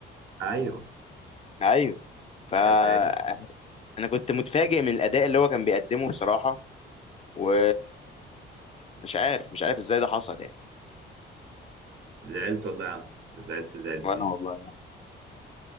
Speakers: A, on the right; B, on the left.
A: ايوه
B: أيوه ف
A: انت
B: <laughs>
A: فاهم
B: أنا كنت متفاجئ من الأداء اللي هو كان بيقدمه بصراحة و مش عارف مش عارف إزاي ده حصل يعني
A: زعلت والله يا عم زعلت زعلتين
B: وانا والله